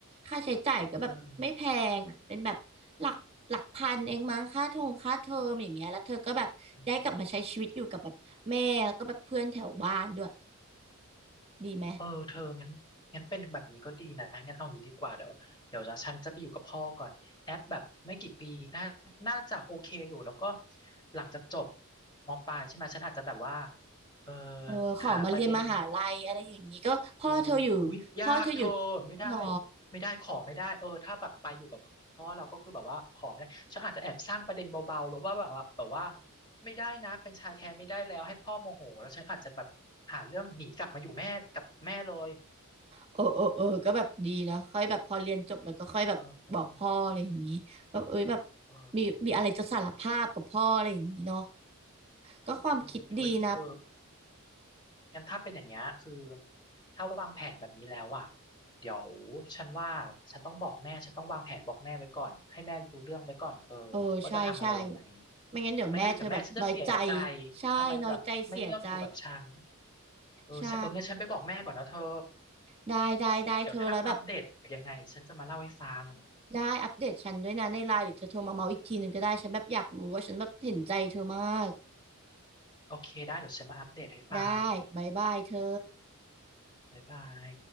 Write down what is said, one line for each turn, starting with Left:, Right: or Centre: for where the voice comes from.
Right: ค่าใช้จ่ายก็แบบไม่แพงอ่ะเป็นแบบหลักหลักพันเองมั้งค่าทงค่าเทอมอย่างเงี้ยแล้วเธอก็แบบย้ายกลับมาใช้ชีวิตอยู่กับแบบแม่แล้วก็แบบเพื่อนแถวบ้านด้วย
Left: เอออืม
Right: ดีไหม
Left: เออเธองั้นงั้นเป็นแบบนี้ก็ดีนะงั้นเอาอย่างนี้ดีกว่าเดี๋ยวเดี๋ยวจะฉันจะไปอยู่กับพ่อก่อนแอปแบบไม่กี่ปีน่าน่าจะโอเคอยู่แล้วก็หลังจากจบมปลายใช่ไหมฉันอาจจะแบบว่าเออ
Right: เออขอมาเรียนมหาลัยอะไรอย่างนี้ก็พ่อเธออยู่พ่อเธออยู่
Left: หาประเด็น เอออุ๊ยยากเธอไม่ได้
Right: หรอ
Left: ไม่ได้ขอไม่ได้เออถ้าแบบไปอยู่กับพ่อเราก็คือแบบว่าขอไม่ได้ฉันอาจจะแอบสร้างประเด็นเบาๆแบบว่าแบบว่าแบบว่าไม่ได้นะเป็นชายแท้ไม่ได้แล้วให้พ่อโมโหแล้วฉันอาจจะแบบหาเรื่องหนีกลับมาอยู่แม่กับแม่เลย
Right: เออเออเออก็แบบดีนะค่อยแบบพอเรียนจบแล้วก็ค่อยแบบบอกพ่ออะไรอย่างนี้แบบเอ้ยแบบ
Left: เออเออ
Right: มีมีอะไรจะสารภาพกับพ่ออะไรอย่างนี้เนาะก็ความคิดดีนะ
Left: อืมเฮ้ยเธองั้นถ้าเป็นอย่างเงี้ยคือถ้าวางแผนแบบนี้แล้วอ่ะเดี๋ยวฉันว่าฉันต้องบอกแม่ฉันต้องวางแผนบอกแม่ไว้ก่อนให้แม่รู้เรื่องไว้ก่อนเออว่าจะทำอะไรยังไง
Right: เออใช่ใช่ไม่งั้นเดี๋ยวแม่เธอแบบน้อยใจ
Left: ไม่งั้นเดี๋ยวแม่ฉันจะเสียใจ
Right: ใช่น้อยใจเสียใจ
Left: ทำไมแบบไม่เลือกอยู่กับฉันเออฉันเอองั้นฉันไปบอกแม่ก่อนนะเธอ
Right: ใช่ได้ได้ได้เธอแล้วแบบ
Left: เดี๋ยวถ้าอัปเดตยังไงฉันจะมาเล่าให้ฟัง
Right: ได้อัปเดตฉันด้วยนะในไลน์หรือเธอโทรมาเมาอีกทีหนึ่งก็ได้ฉันแบบอยากรู้ว่าฉันแบบเห็นใจเธอมาก
Left: โอเคได้เดี๋ยวฉันมาอัปเดตให้ฟัง
Right: ได้บายบายเธอ
Left: บ๊ายบาย